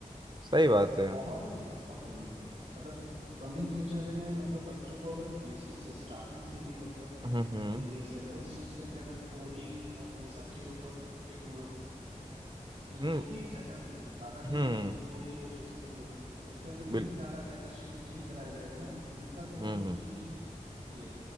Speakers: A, on the right; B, on the right.
A: सही बात है
B: बहुत होगी बहुत होगी मतलब कमिंग फ्यूचर में मतलब बच्चों को अगर बेसिक से स्टार्टिंग से ही मतलब
A: हम्म हम्म
B: ये सिलेबस चेंज करके अगर कोडिंग और ये सब के ऊपर टेक्नोलॉजी
A: हम्म
B: जो भी जैसा भी हो ज्यादा नहीं
A: हम्म
B: हो तो एक दो ही हो जिस पे भी हो उस पे अगर नहीं
A: बिल-
B: डाला जाएगा शिफ्ट नहीं कराया जाएगा ना तो उनका थोड़ा
A: हम्म
B: फ्यूचर
A: हम्म,
B: भी ये है